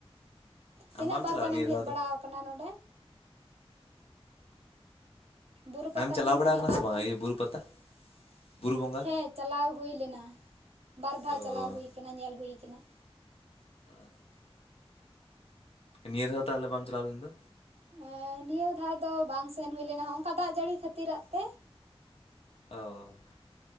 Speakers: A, on the right; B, on the left.
A: ᱛᱤᱱᱟᱹᱜ
B: ᱵᱟᱢ
A: ᱵᱟᱨ
B: ᱪᱟᱞᱟᱣᱟ
A: ᱜᱟᱱᱮᱢ
B: ᱱᱤᱭᱟᱹ
A: ᱦᱮᱡ
B: ᱫᱷᱟᱣ
A: ᱵᱟᱲᱟᱣ
B: ᱫᱚ
A: ᱟᱠᱟᱱᱟ ᱱᱚᱸᱰᱮ? ᱵᱩᱨᱩ ᱯᱟᱛᱟ
B: ᱟᱢ ᱪᱟᱞᱟᱣ
A: ᱧᱮᱞ
B: ᱵᱟᱲᱟ
A: ᱛᱤᱱᱟᱹᱜ
B: ᱠᱟᱱᱟ
A: ᱵᱟᱨ
B: ᱥᱮ ᱵᱟᱝᱟ
A: ᱜᱟᱱ?
B: ᱤᱭᱟᱹ ᱵᱩᱨᱩ ᱯᱟᱛᱟ? ᱵᱩᱨᱩ ᱵᱚᱸᱜᱟ
A: ᱦᱮᱸ ᱪᱟᱞᱟᱣ ᱦᱩᱭ ᱞᱮᱱᱟ ᱵᱟᱨ ᱫᱷᱟᱣ
B: ᱚ
A: ᱪᱟᱞᱟᱣ ᱦᱩᱭ ᱠᱟᱱᱟ ᱧᱮᱞ ᱦᱩᱭ ᱟᱠᱟᱱᱟ ᱾
B: <inaudible> ᱱᱤᱭᱟᱹ ᱫᱷᱟᱹᱣ ᱛᱟᱦᱞᱮ ᱵᱟᱢ ᱪᱟᱞᱟᱣ ᱞᱮᱱ ᱫᱚ?
A: ᱮᱸ ᱱᱤᱭᱟᱹ ᱫᱷᱟᱣ ᱫᱚ ᱵᱟᱝ ᱥᱮᱱ ᱦᱩᱭ ᱞᱮᱱᱟ ᱦᱚᱝᱠᱟ ᱫᱟᱜ ᱡᱟᱹᱲᱤ ᱠᱷᱟᱹᱛᱤᱨᱟᱜ ᱛᱮ ᱾
B: ᱚ